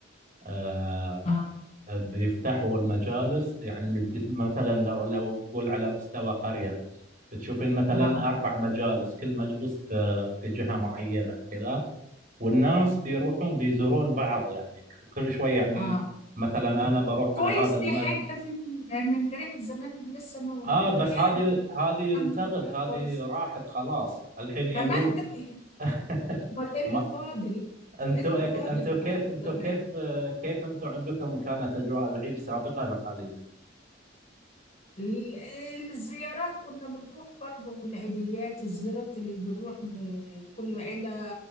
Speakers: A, on the right (about 40°); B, on the left (about 35°).
A: آه،
B: اه
A: بيفتحوا المجالس يعني بت- مثلا لو لو نقول على مستوى قريه بتشوفين مثلا
B: اه
A: اربع مجالس كل مجلس في في جهه معينه كذا والناس بيروحون بيزورون بعض يعني ك- كل شوي يعني
B: اه
A: مثلا انا بروح
B: كويس
A: على هذا المجلس
B: دي حاجة من من ريحة زمان لسه موجودة
A: اه بس
B: يعني
A: هذه هذه
B: الحمد
A: التغت
B: لله
A: هذه
B: كويس
A: راحت خلاص الحين يا
B: كمان
A: دوب
B: ده-
A: <laughs>
B: امال ايه
A: ما
B: اللي فاضل
A: انتوا
B: ايه اللي فاضل
A: انتوا
B: بقى
A: كيف
B: من
A: انتوا
B: زمان
A: كيف آه، كيف انتوا عندكم كانت اجواء العيد سابقا وحاليا
B: ال- ال- الزيارات كنا بنروح برضو والعيديات الزيارات اللي بنروح لكل عيلة